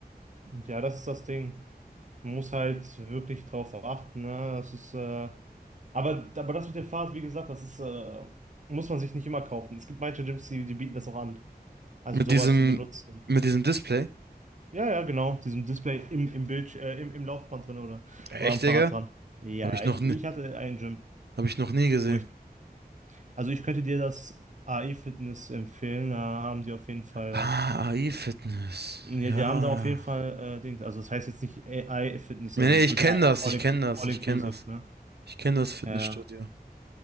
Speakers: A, on the right; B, on the right.
A: Ja, das ist das Ding. Man muss halt wirklich drauf achten, ne? Das ist, äh, aber, aber das mit dem Fahrrad, wie gesagt, das ist, äh, muss man sich nicht immer kaufen. Es gibt manche Gyms, die, die bieten das auch an. Also
B: Mit
A: sowas
B: diesem,
A: zu benutzen.
B: mit diesem Display?
A: Ja, ja, genau. Diesem Display im, im Bild, äh, im, im Laufband drin oder,
B: Echt,
A: oder am Fahrrad
B: Digga?
A: dran. Ja,
B: Hab
A: ja,
B: ich noch
A: ich,
B: nie,
A: ich hatte ein Gym,
B: hab ich noch nie gesehen.
A: wo ich, also ich könnte dir das AI Fitness empfehlen, da haben die auf jeden Fall,
B: Ah, AI-Fitness.
A: äh, ja,
B: Ja.
A: die haben da auf jeden Fall, äh, Dings, also das heißt jetzt nicht AI Fitness,
B: Nee,
A: also
B: nee,
A: das
B: ich
A: ist wirklich
B: kenne
A: AI,
B: das,
A: all,
B: ich
A: inclu
B: kenne das,
A: all
B: ich
A: inclusive,
B: kenne das.
A: ne?
B: Ich kenne das Fitnessstudio.
A: Ja.